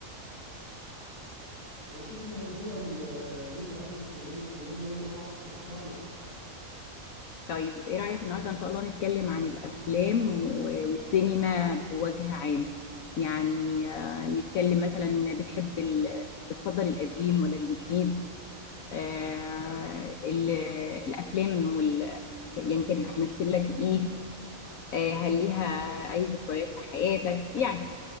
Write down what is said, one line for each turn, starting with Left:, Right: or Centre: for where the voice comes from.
Right: والله شوف الموضوع ال- اللي أنت عايزة تتكلمي فيه وأنا معاك تحت أمرك
Left: طيب ايه رأيك النهاردة ان شاء الله نتكلم عن الافلام و- والسينما بوجه عام يعني آه، نتكلم مثلا بتحب ال... بتفضل القديم ولا الجديد آه، ال... الافلام وال... يعني كانت بتمثل لك ايه آه، هل ليها اي ذكريات في حياتك يعني